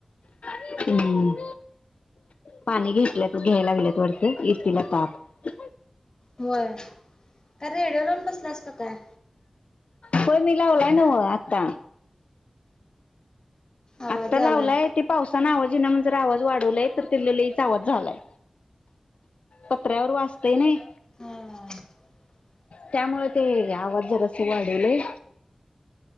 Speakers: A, on the left; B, on the left.
A: हम्म, पाणी घेतल्यात घ्यायय लागल्यात. करते येतील आता आत.
B: व्हय का रेडिओ लावून बसल्यास का काय?
A: होय मी लावलाय नव आत्ता.
B: आवाज
A: आत्ता लावलाय
B: आलाय
A: ते पावसानं आवाज इना म्हणून जरा आवाज वाढवलाय तर तेला लईच आवाज झालाय. पत्र्यावर वाजतंय नई..
B: हा
A: त्यामुळे ते आवाज जरासं वाढवलय.